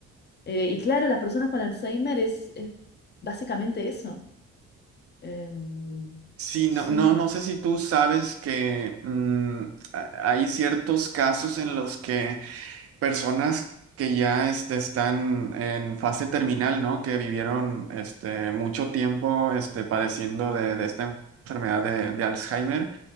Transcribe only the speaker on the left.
Eh, y claro, las personas con Alzheimer es, es básicamente eso. Em,
sí.